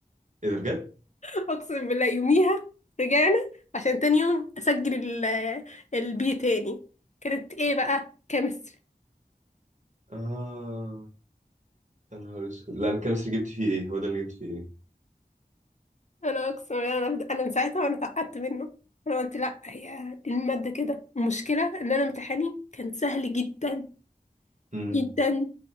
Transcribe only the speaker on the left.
اقسم بالله يوميها رجعنا عشان تاني يوم اسجل ال- البي تاني كانت ايه بقى كيمستري
انا اقسم بالله انا انا من ساعتها وانا اتعقدت منه انا قلت لا هي دي الماده كده المشكله ان انا امتحاني كان سهل جدا
جدا